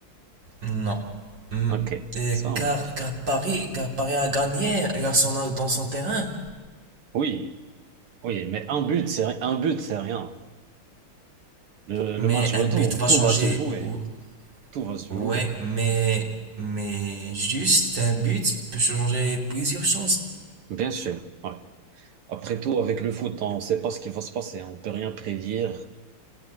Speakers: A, on the right (about 55°); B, on the right (about 80°).
A: non. Hmm,
B: Ok,
A: euh,
B: ça marche.
A: car, car Paris, car Paris a gagné l'Arsenal dans son terrain,
B: Oui, oui, mais un but, c'est ri- un but, c'est rien. Le,
A: mais
B: le match retour,
A: un but va
B: tout
A: changer.
B: va se jouer.
A: Ou-
B: Tout va se
A: Ouais,
B: jouer,
A: mais, mais juste un but peut changer plusieurs choses.
B: bien sûr. ouais. Après tout, avec le foot, on ne sait pas ce qui va se passer. On ne peut rien prédire,